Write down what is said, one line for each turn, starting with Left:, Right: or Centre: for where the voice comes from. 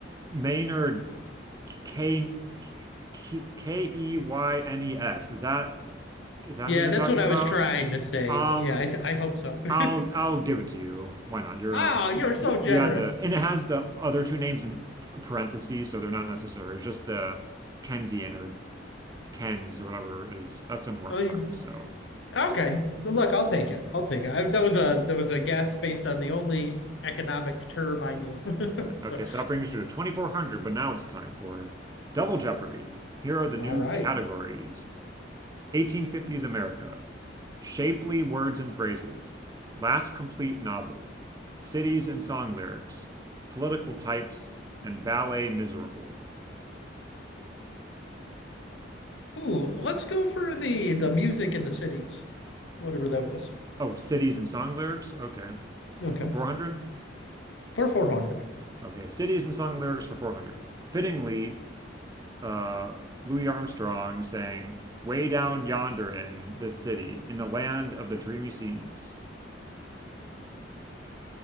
Right: Maynard K K K E Y N E S. Is that is that
Left: Yeah,
Right: who you're
Left: that's
Right: talking
Left: what I
Right: about?
Left: was trying to say.
Right: Um,
Left: Yeah, I, th- I hope so.
Right: I'll
Left: <laughs>
Right: I'll give it to you. Why not? You're
Left: Oh, you're
Right: you,
Left: so
Right: you
Left: generous.
Right: you had the and it has the other two names in parentheses, so they're not necessary. It's just the Kensian or Kens or whatever is that's the important
Left: Well, you-
Right: part. So
Left: Okay, look, I'll take it. I'll take it. I, that was a that was a guess based on the only economic term I knew. <laughs>
Right: right.
Left: So,
Right: Okay, so that brings you to 2400, but now it's time for Double Jeopardy. Here are the new
Left: all right.
Right: categories. 1850s America, shapely words and phrases, last complete novel, cities and song lyrics, political types, and ballet miserable.
Left: Ooh, let's go for the the music in the cities, whatever that was.
Right: Oh, cities and song lyrics? Okay.
Left: Okay,
Right: For 400?
Left: for four hundred.
Right: Okay. Cities and song lyrics for 400. Fittingly, uh, Louis Armstrong sang, Way down yonder in this city, in the land of the dreamy scenes.